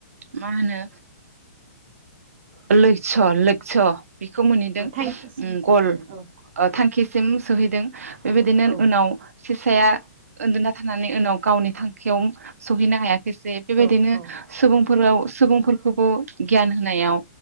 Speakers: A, on the right (about 75°); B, on the right (about 50°).
A: मा होनो लैस' लैखस' बेखौ मोनहैदों
B: थांखिसिम
A: उम
B: सहैदों
A: गल
B: औ
A: ओ थांखि सिम सोहैदों। बेबायदिनो
B: औ औ
A: उनाव सेसाया उन्दुना थानानै उनाव गावनि थांखियाव सहैनो हा हायाखिसै बिबादिनो
B: औ औ
A: सबुं फोराव सुबुंफोरखौबो गियान होनायाव